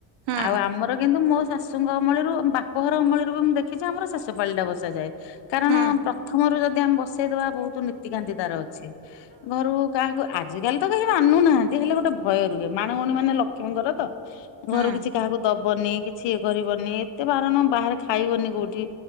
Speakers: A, on the right (about 60°); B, on the left (about 70°).
A: ହୁଁ
B: ଆଉ ଆମର କିନ୍ତୁ ମୋ ଶାଶୁଙ୍କ ଅମଳରୁ ବା ପଘର ଅମଳୀରୁ ମୁଁଦେଖିଛି ଆମର ଶେଷପାଳିଟା ବସାଯାଏ। କାରଣ
A: ହଁ
B: ପ୍ରଥମରୁ ଯଦି ଆମେ ବସେଇଦବା ବହୁତ ନୀତିକାନ୍ତି ତାର ଅଛି ଘରୁ କାହାକୁ ଆଜିକାଲି ତ କେହି ମାନୁନାହାଁନ୍ତି ହେଲେ ଗୋଟେ ଭୟ ରୁହେ ମାଣଗୌଣି ମାନେ ଲକ୍ଷ୍ମୀଙ୍କର ତ
A: ହୁଁ
B: ଘରୁ କିଛି କାହାକୁ ଦବନି କିଛି ଇଏ କରିବନି ଏତେ ବାରଣ ବାହାରେ ଖାଇବନି କୋଉଠି